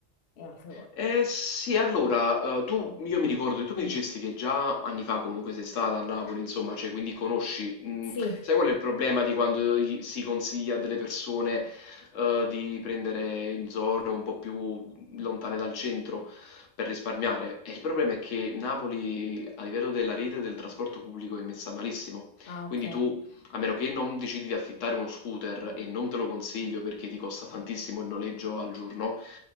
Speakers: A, on the left; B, on the left.
A: e altre volte.
B: Eh sì, allora, eh, tu, io mi ricordo, tu mi dicesti che già anni fa comunque sei stata a Napoli, insomma, cioè, quindi conosci, mh,
A: Sì,
B: sai qual è il problema di quando gli- si consiglia a delle persone, eh, di prendere in zone un po' più lontane dal centro per risparmiare? E il problema è che Napoli, a livello della rete del trasporto pubblico, è messa malissimo,
A: ah, ok.
B: quindi tu a meno che non decidi di affittare uno scooter e non te lo consiglio perché ti costa tantissimo il noleggio al giorno,